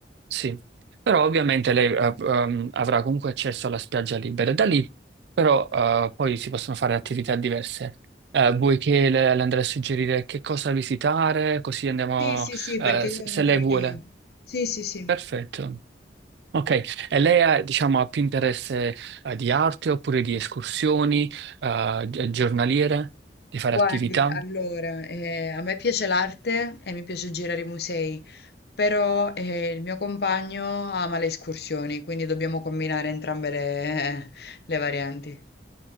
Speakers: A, on the right; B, on the left.
A: sì. Però ovviamente lei eh, ehm, avrà comunque accesso alla spiaggia libera. Da lì però eh, poi si possono fare attività diverse. Eh, vuoi che le, le andrei a suggerire che cosa visitare, così andiamo,
B: Sì, sì, sì,
A: eh,
B: perché io
A: se se
B: non
A: lei
B: ho idea.
A: vuole.
B: Sì, sì, sì.
A: Perfetto. Ok, e lei ha, diciamo, ha più interesse eh, di arte oppure di escursioni, eh, gi- giornaliere, di fare
B: Guardi,
A: attività?
B: allora, eh, a me piace l'arte e mi piace girare i musei, però eh, il mio compagno ama le escursioni, quindi dobbiamo combinare entrambe le <laughs> le varianti.